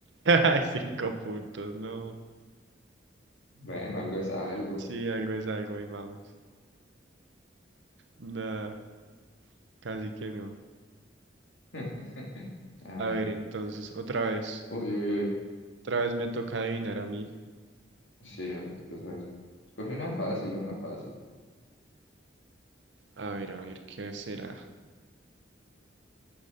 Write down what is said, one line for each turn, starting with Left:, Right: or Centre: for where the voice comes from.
Right: <laughs> Cinco puntos, no.
Left: Bueno, algo es algo.
Right: Sí, algo es algo, ahí vamos. Nada, casi que no.
Left: <laughs> A
Right: A
Left: ver.
Right: ver, entonces, otra vez,
Left: Uy, uy, uy.
Right: otra vez me toca adivinar a mí.
Left: Sí, entonces, a ver. Escoge una fácil, una fácil.
Right: A ver, a ver, ¿qué será?